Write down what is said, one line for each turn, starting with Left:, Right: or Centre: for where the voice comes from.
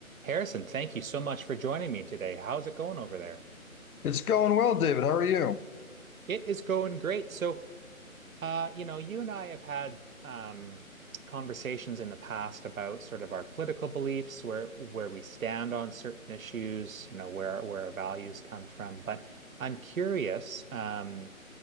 Right: Harrison, thank you so much for joining me today. How's it going over there?
Left: It's going well, David. How are you?
Right: It is going great. So, uh, you know, you and I have had um, conversations in the past about sort of our political beliefs, where where we stand on certain issues, you know, where where our values come from. But I'm curious. Um,